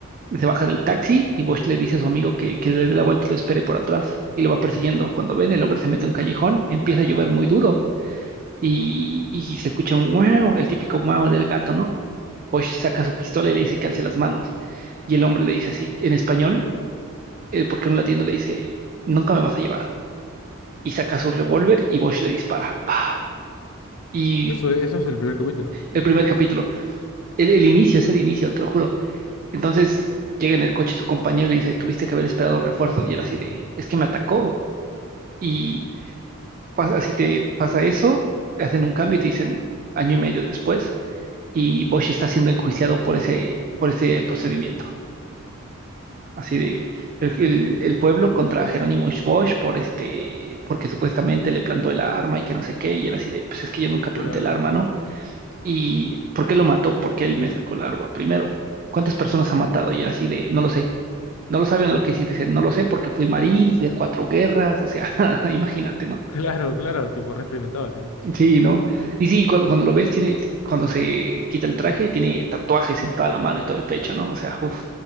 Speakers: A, on the right; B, on the left.
A: Se baja del taxi y Bosch le dice a su amigo que, que le dé la vuelta y lo espere por atrás. Y lo va persiguiendo. Cuando ven, el hombre se mete a un callejón, empieza a llover muy duro y, y se escucha un wow, el típico wow del gato, ¿no? Bosch saca su pistola y le dice que alce las manos. Y el hombre le dice así, en español, eh, porque un latino le dice, nunca me vas a llevar. Y saca su revólver y Bosch le dispara. ¡Pau! Y
B: eso, eso es el primer capítulo.
A: el primer capítulo, el, el inicio, es el inicio, te lo juro. Entonces llega en el coche su compañero y le dice, tuviste que haber esperado refuerzos. Y él así de, es que me atacó. Y pasa, así te pasa eso, hacen un cambio y te dicen año y medio después. y Bosch está siendo enjuiciado por ese, por ese procedimiento. Así de el, el- el pueblo contra Jerónimo Bosch por este, porque supuestamente le plantó el arma y que no sé qué, y él así de, pues es que yo nunca planté
B: Claro,
A: el arma, ¿no? ¿Y por qué lo mató? Porque él me sacó el arma primero. ¿Cuántas personas ha matado? Y él así de, no lo sé. No lo sabe, no lo quiere decir, dice, no lo sé porque fui marín, fui a cuatro guerras, o sea, <laughs> imagínate,
B: <laughs>
A: ¿no?
B: claro, claro, tipo re experimentado al final.
A: Sí, ¿no? Y sí, cuando, cuando lo ves, tiene, cuando se quita el traje, tiene tatuajes en toda la mano y todo el pecho, ¿no? O sea, uff,